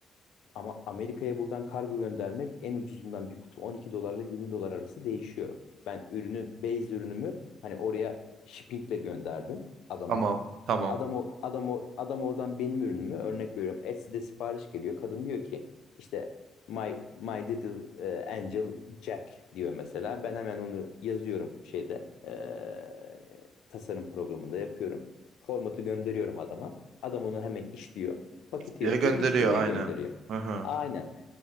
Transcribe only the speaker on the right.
Tamam. Tamam.
Diye
gönderiyor
aynen.
Hı hı.